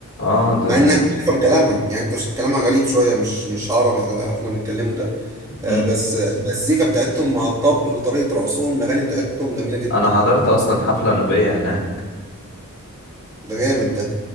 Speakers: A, on the left (about 60°); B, on the right (about 15°).
A: اه ده
B: مع
A: ال...
B: انك مش هتفهم كلامها يعني انت مش- كلامها غريب شويه مش مش عربي اللي احنا بنتكلمه ده آه،
A: مم.
B: بس المزيكا بتاعتهم مع الطبل وطريقة رقصهم الأغاني بتاعتهم جميلة جدا
A: انا حضرت اصلا حفلة نوبية هناك
B: ده جامد ده